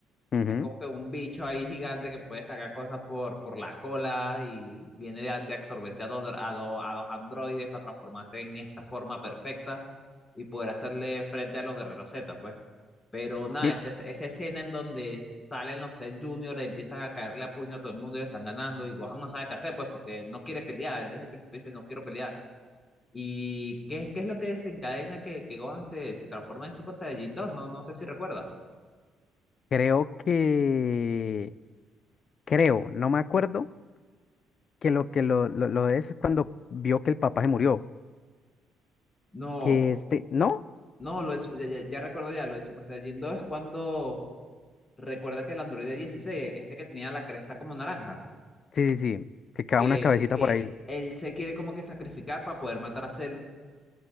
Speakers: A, on the left; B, on the left.
A: ujú.
B: Es como que un bicho ahí gigante que puede sacar cosas por, por la cola y viene de, de absorberse a dos, a, dos, a dos androides para transformarse en esta forma perfecta y poder hacerle frente a los guerreros Z, pues. Pero nada,
A: Mi-
B: esa, esa escena en donde salen los Cell Junior, empiezan a caerle a puño a todo el mundo y le están ganando. Y Gohan no sabe qué hacer, pues, porque no quiere pelear. Él desde el principio dice: No quiero pelear. ¿Y qué es, qué es lo que desencadena que, que Gohan se, se transforma en Super Saiyajin dos No, no sé si recuerdas.
A: creo que, creo, no me acuerdo, que lo que lo, lo, lo es cuando vio que el papá se murió.
B: No,
A: Que este, ¿no?
B: no, lo del Sup- ya, ya- ya recuerdo ya. Lo del Super Saiyajin dos es cuando recuerda que el androide 16 este que tenía la cresta como naranja,
A: Sí, sí, sí, que queda
B: que,
A: una cabecita
B: que
A: por ahí.
B: él se quiere como que sacrificar para poder matar a Cell